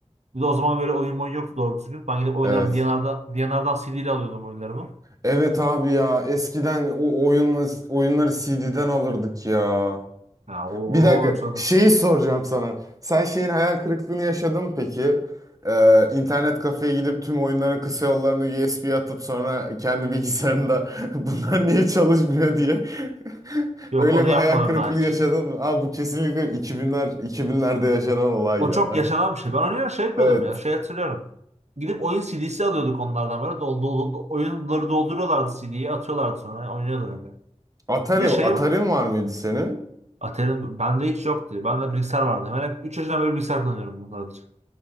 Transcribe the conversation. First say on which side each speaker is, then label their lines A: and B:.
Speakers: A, on the right; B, on the right.
A: Bir de o zaman böyle oyun oyun yoktu doğru düzgün. Ben gidip oyunlarımı
B: Evet.
A: D&R'dan, D&R'dan CD ile alıyordum oyunlarımı.
B: Evet abi ya eskiden o oyun oyunları CD'den alırdık ya.
A: ya o,
B: Bir dakika
A: o, çok-
B: şeyi soracağım sana. Sen şeyin hayal kırıklığını yaşadın mı peki? Ee, internet kafeye gidip tüm oyunların kısa yollarını USB'ye atıp sonra kendi bilgisayarında <laughs> bunlar niye çalışmıyor diye. <laughs>
A: Yok
B: Öyle
A: onu
B: bir
A: yapmadım
B: hayal kırıklığı
A: daha hiç.
B: yaşadın mı? Aa bu kesinlikle 2000'ler 2000'lerde yaşanan olay
A: O
B: ya.
A: çok yaşanan
B: <laughs>
A: bir şey. Ben oynuyor şey yapıyordum
B: Evet.
A: ya. Şey hatırlıyorum. Gidip oyun CD'si alıyorduk onlardan böyle. Dol, dol, dol- oyunları dolduruyorlardı CD'yi atıyorlardı sonra oynuyordu öyle.
B: Atari
A: Bir de şey
B: Atari'n var mıydı senin?
A: Atari'nin bende hiç yoktu. Bende bilgisayar vardı. Ben hep 3 yaşından beri bilgisayar kullanıyorum bunu sadece.